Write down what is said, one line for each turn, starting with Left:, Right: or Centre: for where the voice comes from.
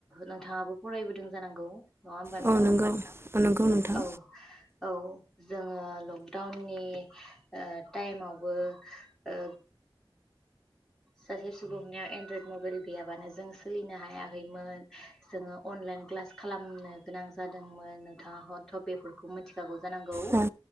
Centre: नोंथाङाबो फरायबोदों जानांगौ नङा होमबा नोथां
Right: औ नंगौ औ नंगौ नोंथां
Centre: औ औ जोङो लकडाउननि ओ टायेमावबो ओ सासे सुबुंनियाव एनड्रयद मबाइल गैयाबानो जों सोलिनो हायाखैमोन जोङो अनलाइन क्लास खालामनो गोनां जादोंमोन नोंथाङा हथ' बेफोरखौ मिथिखागौ जानांगौ
Right: औ